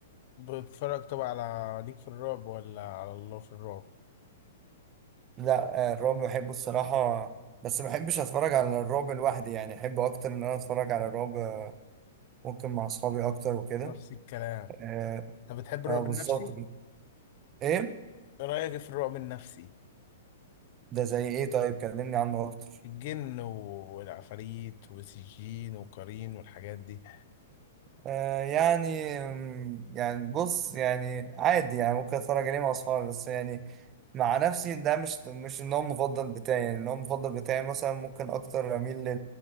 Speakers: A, on the left; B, on the right.
A: بتتفرج طبعا على ليك في الرعب ولا على الله في الرعب
B: لا آه، الرعب بحبه الصراحه بس ما بحبش اتفرج على الرعب لوحدي يعني احب اكتر ان انا اتفرج على الرعب آه، ممكن مع اصحابي اكتر وكده
A: نفس الكلام
B: اه
A: طب بتحب الرعب
B: آه، بالظبط
A: النفسي
B: ايه
A: ايه رايك في الرعب النفسي
B: ده زي ايه طيب كلمني عنه اكتر
A: الجن والعفاريت والسجين والقرين والحاجات دي
B: آه يعني أم، يعني بص يعني عادي يعني ممكن اتفرج عليه مع اصحابي بس يعني مع نفسي ده مش مش النوع المفضل بتاعي يعني النوع المفضل بتاعي مثلا ممكن اكتر اميل